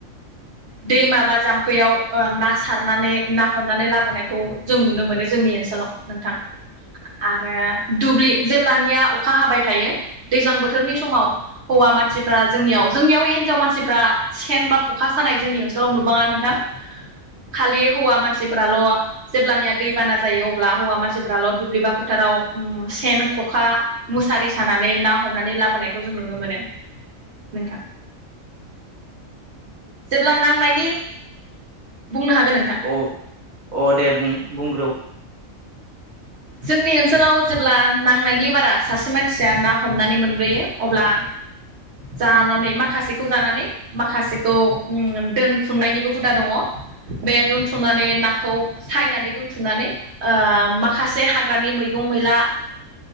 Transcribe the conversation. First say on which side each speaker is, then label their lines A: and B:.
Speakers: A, on the right; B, on the right.
A: दैमा बा जाम्फैयाव ओ ना सारनानै ना हमनानै लाबोनायखौ जों नुनो मोनो जोंनि ओनसोलाव। नोंथां। आरो दुब्लि जेब्लानिया अखा हाबाय थायो दैज्लां बोथोरनि समाव हौवा मानसिफ्रा जोंनियाव जोंनियाव हिनजाव मानसिफ्रा सेन बा खखा सानाय जोंनि ओनसोलाव नुबाङा नोंथां। खालि हौवा मानसि फोराल जेब्लानिया दै बाना जायो अब्ला हौवा मानसिफोराल' दुब्लिबा फोथाराव उम्म सेन ख'खा मुसारि सानानै ना हमनानै लाबोनायखौ जों नुनो मोनो। नोंथां। जेब्ला नांनायनि बुंनो हागोन नोंथां
B: अ अ दे बुं बुंग्रौ।
A: जोंनि ओनसोलाव जेब्ला नांनायनि बारा सासे मानसिया ना हमनानै मोनबोयो अब्ला जानानै माखासेखौ जानानै माखासेखौ दोनथुमनायनिबो हुदा दङ बे दुन थुमनानै नाखौ सायनानै दोनथुमनानै ओ माखासे हाग्रानि मैगं मैला